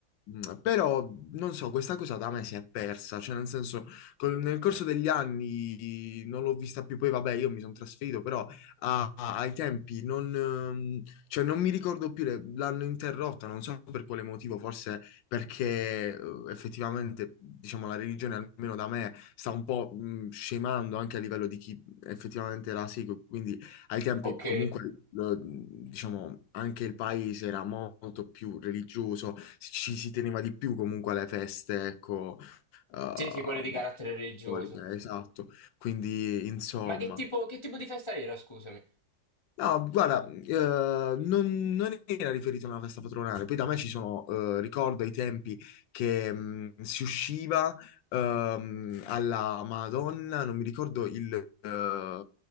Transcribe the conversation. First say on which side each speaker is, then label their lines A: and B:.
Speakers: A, on the left; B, on the left.
A: Mm, Però non so, questa cosa da me si è persa, cioè nel senso, col- nel corso degli anni non l'ho vista più, poi vabbè, io mi sono trasferito, però a- a- ai tempi non, ehm, cioè, non mi ricordo più, le- l'hanno interrotta, non so per quale motivo, forse perché eh, effettivamente, diciamo, la religione almeno da me sta un po' mm, scemando anche a livello di chi effettivamente la segue, quindi ai tempi
B: Ok.
A: comunque lo- diciamo, anche il paese era molto più religioso, ci si teneva di più comunque alle feste, ecco, eh,
B: Sì, sì, quelle di carattere religioso.
A: cattoliche, esatto. Quindi, insomma.
B: Ma che tipo, che tipo di festa era, scusami?
A: No, guarda, eh, non, non era riferito a una festa patronale. Poi da me ci sono, eh, ricordo ai tempi che mh, si usciva ehm, alla Madonna, non mi ricordo il, eh,